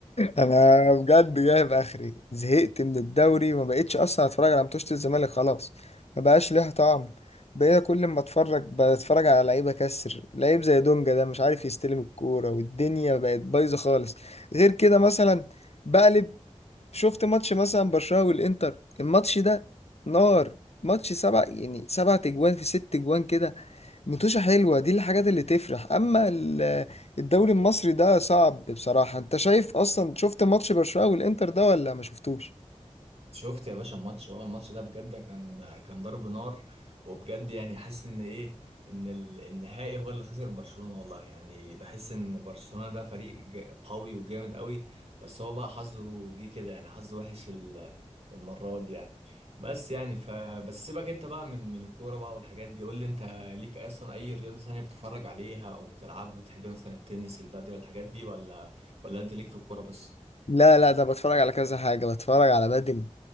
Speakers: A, on the left; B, on the right.
A: انا بجد جايب اخري زهقت من الدوري وما بقتش اصلا اتفرج على ماتشات الزمالك خلاص ما بقاش ليها طعم بقيت كل ما اتفرج بتفرج على لعيبه كسر لعيب زي دونجا ده مش عارف يستلم الكوره والدنيا بقت بايظه خالص غير كده مثلا بقلب شفت ماتش مثلا برشلونه والانتر الماتش ده نار ماتش سبع يعني سبع تجوان في ست تجوان كده متوشة حلوة دي الحاجات اللي تفرح أما ال- الدوري المصري ده صعب بصراحة أنت شايف أصلا شفت ماتش برشلونة والإنتر ده ولا ما شفتوش؟
B: شفت يا باشا الماتش اه الماتش ده بجد كان كان ضرب نار وبجد يعني حاسس ان ايه ان ال- النهائي هو اللي خسر برشلونة والله يعني بحس ان برشلونة ده فريق جا- قوي وجامد قوي بس هو بقى حظه جه كده يعني حظه وحش ال- المرة دي يعني بس يعني ف بس سيبك انت بقى من من الكورة بقى والحاجات دي قول لي انت ليك اصلا اي رياضة ثانية بتتفرج عليها او بتلعبها بتحب مثلا التنس البادل الحاجات دي ولا ولا انت ليك في الكورة بس
A: لا لا ده بتفرج على كذا حاجة بتفرج على بدل